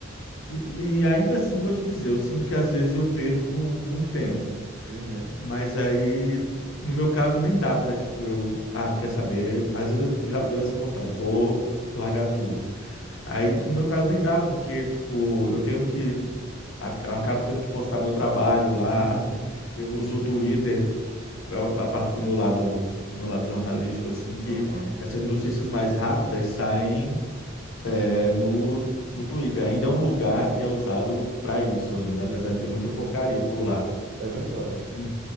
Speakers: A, on the left; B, on the right.
A: E, e ainda assim, vou te dizer, eu sinto que às vezes eu perco muito tempo.
B: Uhum,
A: Mas aí, no meu caso, nem dá para, tipo, eu, ah, quer saber? Às vezes eu já deu essa vontade, vou largar tudo. Aí, no meu caso, nem dá, porque, tipo, eu tenho que, a- eu acabo tendo que postar meu trabalho lá.
B: uhum.
A: Eu uso o Twitter para a parte do meu lado, do meu lado jornalístico, assim, que
B: Aham.
A: essas notícias mais rápidas saem é no, no Twitter. Ainda é um lugar que é usado para isso ainda, apesar
B: Uhum.
A: de ter muita porcaria por lá.
B: É verdade,
A: En-